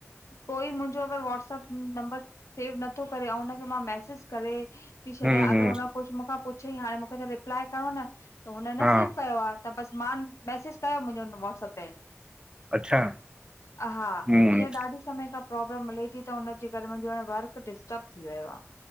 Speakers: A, on the left; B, on the right.
A: कोई मुंहिंजो अगर वॉट्स‌अप नंबर सेव नथो करे ऐं उनखे मां मैसेज करे थी छॾयां
B: हम्म हम्म
A: अगर हुन कुछ मूंखां पुछयईं हाणे मूंखे त रिप्लाइ करणों न, त हुन न
B: हा
A: सेव कयो आ। त बस मां मैसेज कयो मुंहिंजो व्हाट्स‌अप बेन।
B: अच्छा
A: हा,
B: हम्म
A: इह ॾाढी समय खां प्रॉब्लम हले ती त हुनजे करे मुंहिंजो हाणे वर्क डिस्टर्ब थी वियो आ।